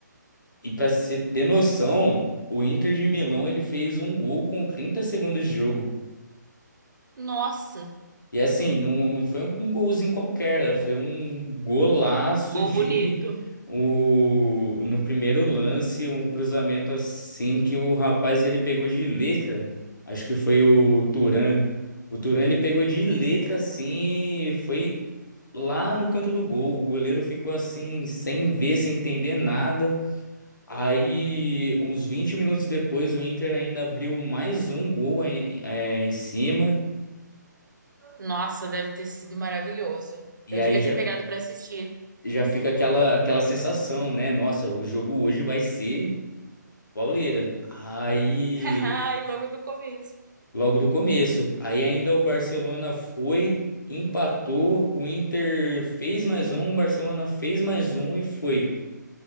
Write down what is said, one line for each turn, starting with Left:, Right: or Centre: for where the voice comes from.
Left: E para você ter noção, o Inter de Milão ele fez um gol com 30 segundos de jogo.
Right: Nossa,
Left: E assim, não, não foi um golzinho qualquer, né? foi um golaço
Right: gol
Left: de
Right: bonito.
Left: o, no primeiro lance, um cruzamento assim que o rapaz ele pegou de letra. Acho que foi o Turan. O Turan ele pegou de letra
Right: Hum.
Left: assim, e foi lá no canto do gol. O goleiro ficou assim, sem ver, sem entender nada. Aí, uns 20 minutos depois, o Inter ainda abriu mais um gol em, é, em cima.
Right: Nossa, deve ter sido maravilhoso.
Left: E
Right: Eu
Left: aí
Right: devia
Left: já,
Right: ter pegado pra assistir.
Left: já fica aquela aquela sensação, né? Nossa, o jogo hoje vai ser pauleira. Aí,
Right: <laughs> E logo do começo.
Left: logo no começo, aí ainda o Barcelona foi, empatou, o Inter fez mais um, o Barcelona fez mais um e foi